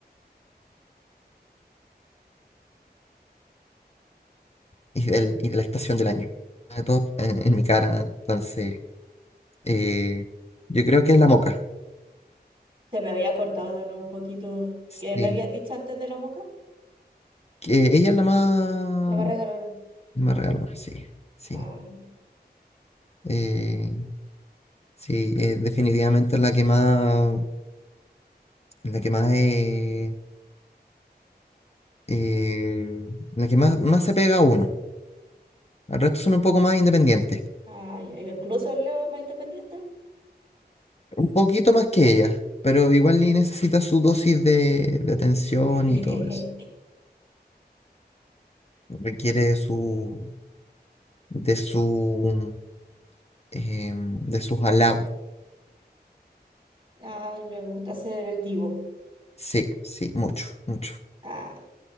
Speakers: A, on the left; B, on the right.
A: y, del, y de la estación del año. Sobre todo en, en mi cara, entonces, eh, yo creo que es la moca.
B: Se me había cortado de nuevo un poquito.
A: Sí,
B: ¿Qué me habías dicho antes de la moca?
A: que ella es la más,
B: La más regalona.
A: la más regalona, sí, sí.
B: Ah,
A: Eh, sí, eh, definitivamente es la que más, la que más, eh, eh, la que más, más se pega a uno. Al resto son un poco más independientes,
B: ah, ya. Incluso el Leo es más independiente.
A: un poquito más que ella, pero igual y necesita su dosis de, de atención
B: <laughs>
A: y todo eso. Requiere de su, de su, em, de sus halagos.
B: Ah, le gusta ser el divo.
A: Sí, sí, mucho, mucho.
B: Ah,